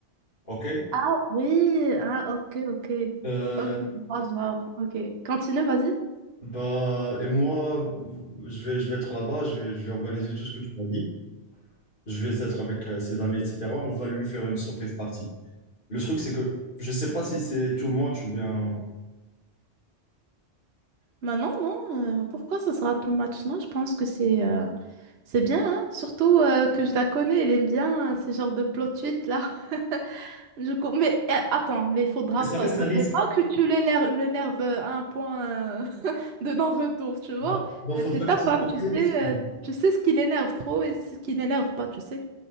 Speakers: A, on the left (about 50°); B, on the right (about 65°).
A: ok?
B: Ah oui, ah ok, ok.
A: Euh,
B: Ok, je vois le genre, ok. Continue, vas-y.
A: bah, et moi, je vais, je vais être là-bas, je vais, je vais organiser tout ce que tu m'as dit. Je vais être avec euh, ses amis, etc. On va lui faire une surprise partie. Le truc, c'est que je sais pas si c'est too much ou bien.
B: Bah non, non, euh, pourquoi ce sera too much? Non, je pense que c'est euh, c'est bien, hein. Surtout euh, que je la connais, elle aime bien euh, ces genres de plot twist là. <laughs> Je co- mais euh, attends, mais il faudra
A: Mais ça
B: pas,
A: reste
B: faudrait
A: un risque.
B: pas que tu l'éler- l'énerves euh, à un point euh, <laughs> de non-retour, tu vois.
A: Bah, bah, faudra
B: Euh, C'est ta
A: que ça
B: femme,
A: soit
B: tu
A: réaliste,
B: sais,
A: quand même.
B: euh, tu sais ce qui l'énerve trop et ce qui l'énerve pas, tu sais.